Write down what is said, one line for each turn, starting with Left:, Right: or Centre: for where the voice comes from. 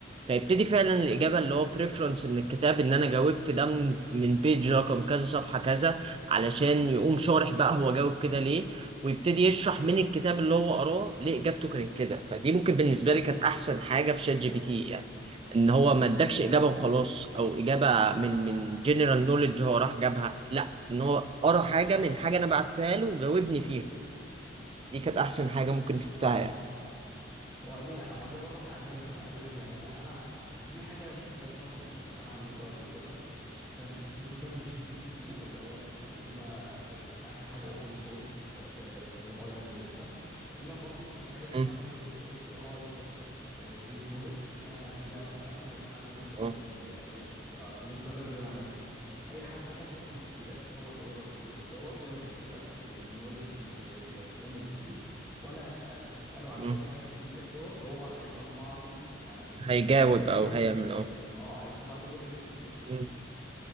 Right: فيبتدي فعلا الإجابة اللي هو بريفرنس من الكتاب إن أنا جاوبت ده من من بيج رقم كذا صفحة كذا علشان يقوم شارح بقى هو جاوب كده ليه ويبتدي يشرح من الكتاب اللي هو قراه ليه إجابته كانت كده فدي ممكن بالنسبة لي كانت أحسن حاجة في شات جي بي تي يعني إن هو ما ادكش إجابة وخلاص أو إجابة من من جنرال نوليدج هو راح جابها لا إن هو قرا حاجة من حاجة أنا بعتها له وجاوبني فيها دي كانت أحسن حاجة ممكن شفتها يعني
Centre: هو دي ما دي برضه حاجه ممكن اي حد يعملها انا دي حاجه مش يعتبر مشروع اصلا انا عملته قبل كده كان باستخدام جي بي تي 2 اللي هو النسخه القديمه اللي ك- اخر حاجه اوبن سورس اوبن اي اي قدمتها انها برضو كان في حاجه اسمها
Right: م-
Centre: في اف اي اي اس اس بيز نولج انا دي مثلا انا مع حد مثلا
Right: م-
Centre: ال- ش- ك- آه، بالنسبه للبرنامج اللي انا عملته اي حد مثلا هيديله بي دي اف هو هيقرا البي دي اف دوت ويعمل اكستراكت للنولج الكلام اللي فيه وانا اساله اساله عن
Right: م.
Centre: اي حاجه في البي دي اف دوت وهو هيطلع لي يعني
Right: هيجاوب
Centre: الاجابه
Right: او
Centre: ما ب-
Right: هيعمل اه
Centre: اه هيطلع لي اجابه من البي دي اف نفسه
Right: مم.